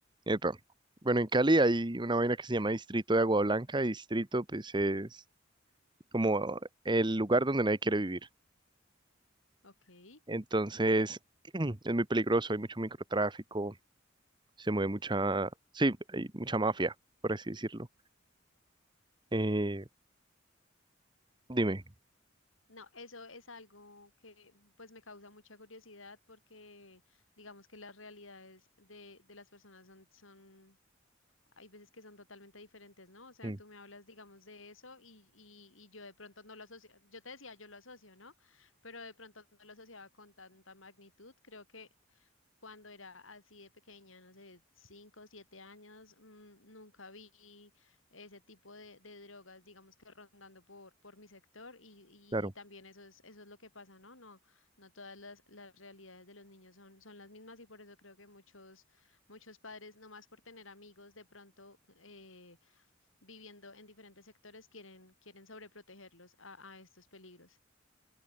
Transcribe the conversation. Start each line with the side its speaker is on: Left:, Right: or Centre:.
Right: Epa. Bueno, en Cali hay una vaina que se llama Distrito de Agua Blanca. y Distrito, pues, es como el lugar donde nadie quiere vivir.
Left: Ok. Eh,
Right: Entonces, <clears throat> es muy peligroso, hay mucho microtráfico, se mueve mucha, sí, hay mucha mafia, por así decirlo. Eh, dime,
Left: No, eso es algo que pues me causa mucha curiosidad porque digamos que las realidades de, de las personas son, son, hay veces que son totalmente diferentes, ¿no? O sea,
Right: Mm,
Left: tú me hablas, digamos, de eso y, y, y yo de pronto no lo asocio, yo te decía, yo lo asocio, ¿no? Pero de pronto no lo asociaba con tanta magnitud. Creo que cuando era así de pequeña, no sé, cinco o siete años, mm, nunca vi ese tipo de, de drogas, digamos que rondando por, por mi sector y,
Right: claro.
Left: y también eso es, eso es lo que pasa, ¿no? No, no todas las, las realidades de los niños son, son las mismas y por eso creo que muchos, muchos padres, nomás por tener amigos de pronto eh, viviendo en diferentes sectores, quieren, quieren sobreprotegerlos a, a estos peligros.